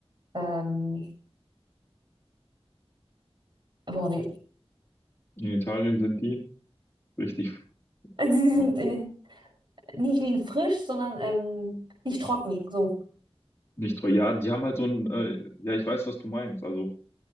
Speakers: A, on the right; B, on the left.
A: ähm, boah, wie,
B: In Italien sind die richtig
A: <laughs> sie
B: ja,
A: sind in, nicht wegen frisch, sondern ähm, nicht trocken, so.
B: nicht teuer. Ja, die haben halt so ein, äh, ja, ich weiß, was du meinst. Also,